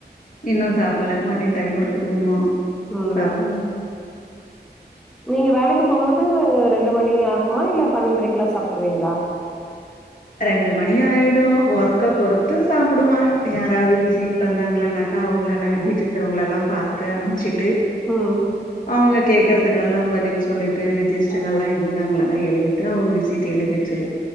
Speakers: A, on the left; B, in the centre.
A: இன்னு சாப்பில மதியோ டைம் இருக்குது இன்னு
B: ம்
A: சாப்பிலா
B: நீங்க வேலைக்கு போம் போது ரெண்டு மணி ஆகுமா இல்ல பன்னெண்ரைக்கு லா சாப்ட்டுருவீங்களா
A: ரெண்டு மணி ஆயிடு ஒர்க்க பொறுத்து சாப்புடுவ யாராது விசிட் வந்தாக்களானாக் அவங்களன வீட்டுக்கிருக்கிறவங்களலா பாத்து அனுப்சிட்டு
B: ம்
A: அவங்க கேக்கறதுக்கெல்லா பதில் சொல்லிட்டு ரிஜிஸ்டுங் எல்லா இருந்தாங்களன்னா எழுதிட்டு அவங்க விசிட் எழுதிட்டு